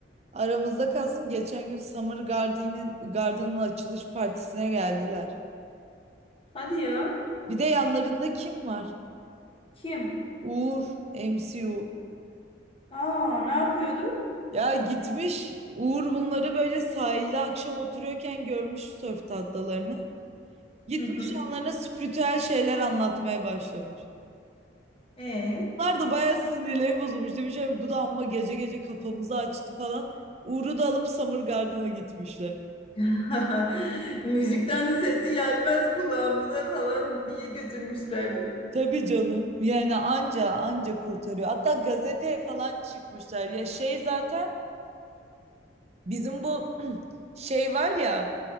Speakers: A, on the right; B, on the left.
A: aramızda kalsın. Geçen gün Summer Garden'in Garden'ın açılış partisine geldiler.
B: Hadi ya.
A: Bir de yanlarında kim var?
B: Kim?
A: Uğur, MC Uğur.
B: Aa, ne yapıyordu?
A: Ya gitmiş Uğur bunları böyle sahilde akşam oturuyorken görmüş sörf tahtalarını. Gitmiş
B: Hı hı.
A: yanlarına spiritüel şeyler anlatmaya başlamış.
B: E.
A: Bunlar da bayağı sinirleri bozulmuş. Demiş "Ay bu da amma gece gece kafamızı açtı falan. Uğur'u da alıp Summer Garden'a gitmişler.
B: <laughs> Müzikten sesi gelmez kulağımıza falan diye götürmüşlerdir.
A: Tabii canım. Yani anca anca kurtarıyor. Hatta gazeteye falan çıkmışlar. Ya şey zaten bizim bu <clears throat> şey var ya